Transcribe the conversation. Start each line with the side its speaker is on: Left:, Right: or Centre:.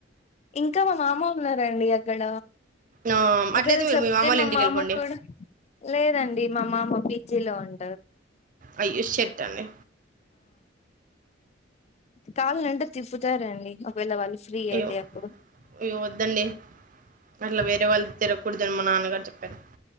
Left: ఇంకా మా మామ ఉన్నారండి అక్కడ
Right: ఆ, అట్లయితే
Left: ఒకవేళ
Right: మీరు
Left: చెప్తే
Right: మీ మామూలు
Left: మా
Right: ఇంటికి
Left: మామ
Right: వెళ్ళిపోండి
Left: కూడా లేదండి మా మామ జిలో అన్
Right: అయ్యో షట్ అండి
Left: కాళ్ళంటే తిప్పుతారండి ఒకవేళ వాళ్ళు ఫ్రీ
Right: అయ్యో
Left: అయితే అప్పుడు
Right: అయ్య వద్దండి అట్లా వేరే వాళ్ళు తిరగకూడదు అన్ మా నాన్నగారు చెప్పారు